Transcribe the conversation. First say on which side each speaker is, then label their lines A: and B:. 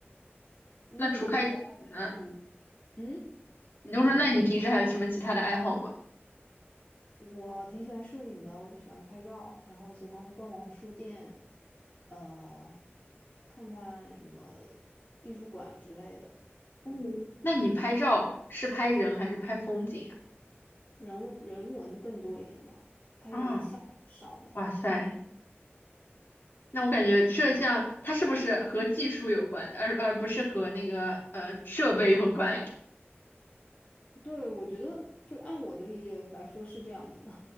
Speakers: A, on the left; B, on the left.
A: 嗯那你平时还嗯
B: 那除开那
A: 嗯，
B: 你就说，那你平时还有什么其他的爱好吗？
A: 我挺喜欢摄影的，我就喜欢拍照，然后喜欢逛逛书店，呃，看看什么艺术馆之类的，
B: 嗯，那你拍照是拍人还是拍风景呀？
A: 嗯，人人文更多一点吧，拍人像很少的。
B: 啊，哇塞，那我感觉摄像它是不是和技术有关，
A: 嗯。
B: 而而不是和那个呃设备有关呀？
A: 对，我觉得就按我的理解来说是这样子的，